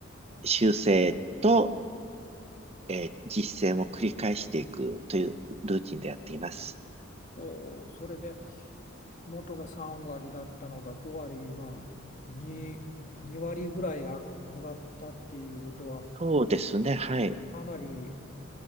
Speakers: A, on the right; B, on the left.
A: 修正と、えー実践を繰り返していくというルーティンでやっています。
B: ほう、それで元が3割だったのが5割、まあ2、2割ぐらいあ上がったっていうことは、
A: そうですね、はい。
B: かなり